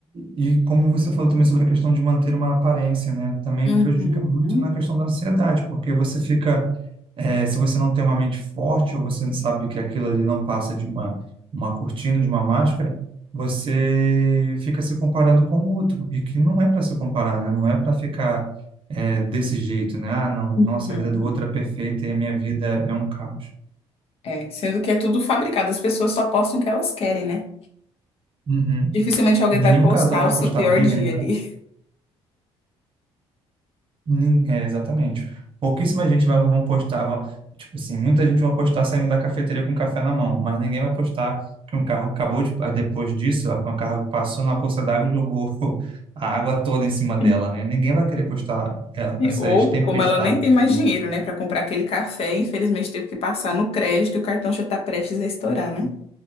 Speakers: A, on the right; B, on the left.
A: E como você falou também sobre a questão de manter uma aparência, né? Também
B: Uhum.
A: prejudica muito na questão da ansiedade, porque você fica, eh, se você não tem uma mente forte, ou você sabe que aquilo ali não passa de uma, uma cortina, de uma máscara, você fica se comparando com o outro, e que não é para se comparar, né? Não é para ficar, eh, desse jeito, né? Ah, não, nossa,
B: Uhum.
A: a vida do outro é perfeita e a minha vida é um caos.
B: É, sendo que é tudo fabricado, as pessoas só postam o que elas querem, né?
A: Uhum.
B: Dificilmente alguém
A: Nenhum
B: vai postar
A: casal vai
B: o seu
A: postar
B: pior
A: briga,
B: dia
A: né?
B: ali.
A: Nin- É, exatamente. Pouquíssima gente vai, vão postar, vão- tipo assim, muita gente vai postar saindo da cafeteria com café na mão, mas ninguém vai postar que um carro acabou de, ah, depois disso, ó, que um carro passou na poça d'água e jogou <laughs> a água toda em cima dela,
B: <laughs>
A: né? Ninguém vai querer postar é, essas
B: Ou,
A: tempestades
B: como ela nem tem mais
A: do dia,
B: dinheiro, né, para comprar aquele café, infelizmente teve que passar no crédito e o cartão já tá prestes a estourar, né?